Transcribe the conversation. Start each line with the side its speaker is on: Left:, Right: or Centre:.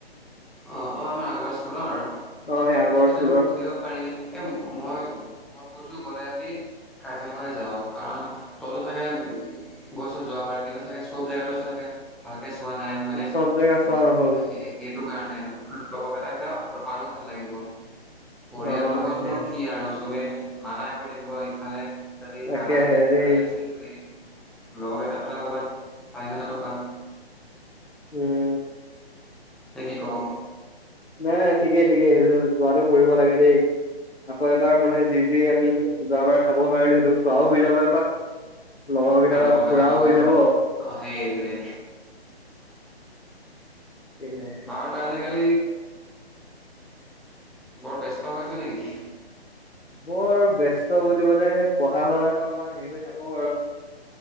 Centre: অ অ আমাৰ আগস্কুলৰ
Left: অ সেই আগৰ
Centre: এইকেটাকো
Left: স্কুলৰ
Centre: সুধিব পাৰি, এ ম ম মই-মই কৈছো গলে ই ই কাজিৰঙাই যাব। কাৰণ তয়টো ও চাগে গৈচ যোৱাবাৰ, কিন্তু চাগে চব জেগাটো চোৱাকে ভাকে চোৱা নাই, মই তিয়া
Left: চব জেগা চোৱা নহল
Centre: হে একে টো কাৰ? লগৰক এটাক যে আৰু ভাল লাগিব। পৰিয়াল
Left: অ
Centre: লগতনো
Left: তাকে
Centre: কি আৰু চবেই নানাই গৈ লাগিব ইফালে <unintelligible>
Left: তাকেহে দেই
Centre: লগৰ এটা হ'লে অকণমান চাৰি হাজাৰ টকা
Left: উম
Centre: কি কওঁ
Left: নাই নাই ঠিকেই ঠিকে সেইটো যোৱটো কৰিব লাগে দেই আকৌ এবাৰ মানে যি যি আমি যোৱাবাৰ চাব নোৱাৰিলো সেইটো চোৱাও হৈ যাব লগৰ কেইটা
Centre: আৰু
Left: তাত
Centre: লগৰকেইটাৰ
Left: ফুৰাও
Centre: লগত
Left: হৈ যাব।
Centre: অ' সেইটোৱে
Left: তাকে
Centre: বাৰটা আজিকাল বৰ ব্যস্ত হৈ আ হৈছে নেকি
Left: বৰ ব্যস্ত বুলিব সেই পঢ়া শুন অকমান হেৰি হৈ থাক বাৰু